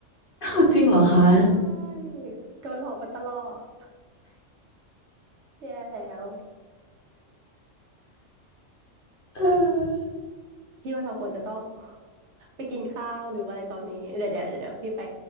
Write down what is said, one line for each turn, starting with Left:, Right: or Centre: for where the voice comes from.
Left: อ้าวจริงเหรอคะ
Right: ใช่โดนหลอกมาตลอดแย่แล้ว
Left: เออ
Right: พี่ว่าเราควรจะต้อง <laughs> ไปกินข้าวหรือว่าอะไรตอนนี้เดี๋ยวเดี๋ยวเดี๋ยวเดี๋ยวพี่ไป